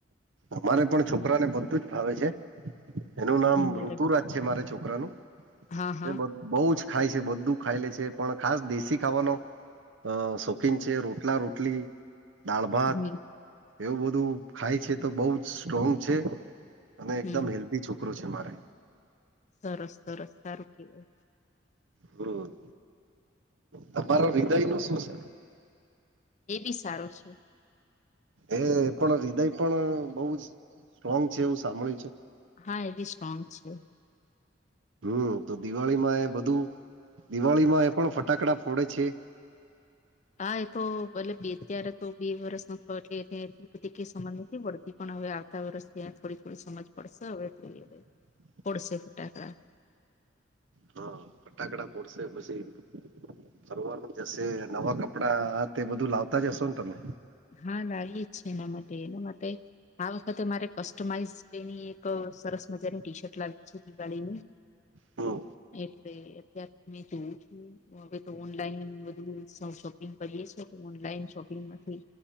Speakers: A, on the right; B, on the left.
A: અમારે પણ છોકરાને બધું જ ભાવે છે. એનું
B: છે
A: નામ
B: બરે
A: ઋતુરાજ છે મારા છોકરાનું,
B: હા હા
A: એ બધું. બઉ જ ખાય છે, બધું ખાઈ લે છે, પણ ખાસ દેશી ખાવાનું. અ, શોખીન છે રોટલા-રોટલી. દાળ ભાત
B: હમ
A: એવું બધું ખાય છે, તો બઉ જ સ્ટ્રોંગ છે. અને એકદમ
B: હમ
A: હેલ્ધી છોકરો છે મારો.
B: સરસ સરસ સારું કેવાય
A: હં તમારા હૃદયનું શું છે?
B: એ બી સારું છે.
A: એ પણ હૃદય પણ બઉ જ સ્ટ્રોંગ છે એવું સાંભળ્યું છે.
B: હા, એ બી સ્ટ્રોંગ છે.
A: હમ્મ, તો દિવાળીમાં એ બધું, દિવાળીમાં એ પણ ફટાકડા ફોડે છે.
B: હા, એ તો ભલે બે અત્યારે તો બે વરસનો થયો એટલે એને એટલી બધી કંઈ સમજ નથી પડતી. પણ હવે આવતા વરસથી આ થોડી થોડી સમજ પડશે અવે જોઈએ
A: હા
B: ફોડશે ફટાકડા
A: હં, ફટાકડા ફોડશે પછી ફરવાનું જશે, નવા કપડાં આ તે બધું લાવતા જ હશો ને તમે
B: હા, લાઈએ જ છે એના માટે એના માટે આ વખતે મારે કસ્ટમાઈઝ એની એક સરસ મજાની ટી-શર્ટ લાવવી છે દિવાળીની
A: હમ
B: એક <unintelligible> અત્યારે તો મેં જોવ છું હવે તો ઓનલાઈન બધું <unintelligible> <unintelligible> કરીએ છે ઓનલાઈન શોપિંગમાંથી